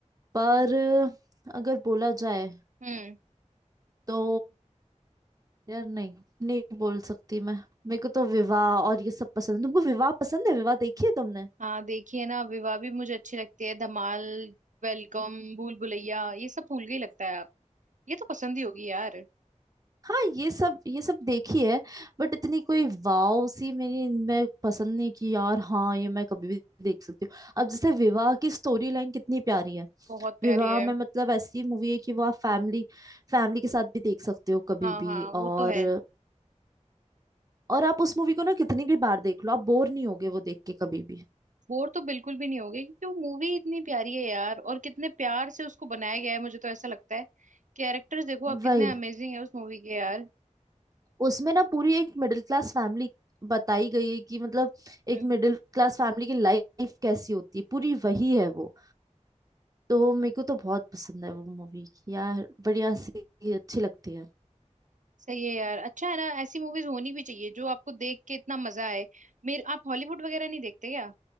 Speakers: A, on the right (about 30°); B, on the right (about 80°).
A: पर अगर बोला जाए
B: हम्म
A: तो यार नहीं नहीं बोल सकती मैं मेरे को तो विवाह और ये सब पसंद है तुमको विवाह पसंद है विवाह देखी है तुमने
B: हाँ देखिए ना विवाह भी मुझे अच्छी लगती है धमाल वेलकम भूल भुलैया ये सब भूल गई लगता है आप ये तो पसंद ही होगी यार
A: हाँ ये सब ये सब देखी है बट इतनी कोई वाव सी मेरी मैं पसंद नहीं की यार हाँ ये मैं कभी भी देख सकती हूँ अब जैसे विवाह की स्टोरी लाइन कितनी प्यारी है
B: बहुत प्यारी
A: विवाह
B: है
A: में मतलब ऐसी मूवी है कि वो आप फैमिली फैमिली के साथ भी देख सकते हो कभी
B: हाँ
A: भी
B: हाँ वो
A: और
B: तो है
A: और आप उस मूवी को ना कितनी भी बार देख लो आप बोर नहीं होगे वो देख के कभी भी
B: बोर तो बिल्कुल भी नहीं होगे क्योंकि वो मूवी इतनी प्यारी है यार और कितने प्यार से उसको बनाया गया है मुझे तो ऐसा लगता है कैरेक्टर्स देखो आप कितने
A: वही
B: अमेजिंग है उस मूवी के यार
A: उसमें ना पूरी एक मिडिल क्लास फैमिली बताई गई है कि मतलब
B: हम्म।
A: एक मिडिल क्लास फैमिली की लाइफ कैसी होती है पूरी वही है वो तो मेरे को तो बहुत पसंद है वो मूवी यार बढ़िया सी अच्छी लगती है
B: सही है यार अच्छा है ना ऐसी मूवीज होनी भी चाहिए जो आपको देख के इतना मजा आए मेरे आप हॉलीवुड वगैरह नहीं देखते क्या